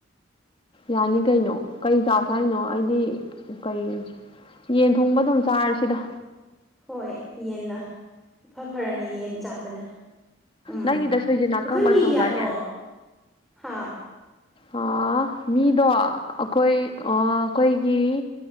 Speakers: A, on the left; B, in the centre.
A: ꯌꯥꯅꯤ ꯀꯩꯅꯣ ꯀꯩꯀꯥꯥꯁ ꯍꯥꯏꯅꯣ ꯑꯩꯗꯤ ꯀꯩ ꯌꯦꯟ ꯊꯣꯡꯕ ꯑꯗꯨꯝ ꯆꯥꯔꯁꯤꯗ
B: ꯍꯣꯏ ꯌꯦꯅꯥ ꯏꯐ ꯐꯔꯅꯤ ꯌꯦꯟꯅ ꯆꯥꯕꯅ ꯎꯝ
A: ꯅꯪꯒꯤꯗ ꯁꯣꯏꯖꯤꯟ
B: ꯑꯩꯈꯣꯏ
A: ꯑꯀꯪꯕ
B: ꯃꯤ
A: ꯂꯩꯍꯧꯗꯥꯏꯅꯦ
B: ꯀꯌꯥꯅꯣ ꯍꯥꯥ
A: ꯑꯥ, ꯃꯤꯗꯣ ꯑꯩꯈꯣꯏ ꯑꯩꯈꯣꯏꯒꯤ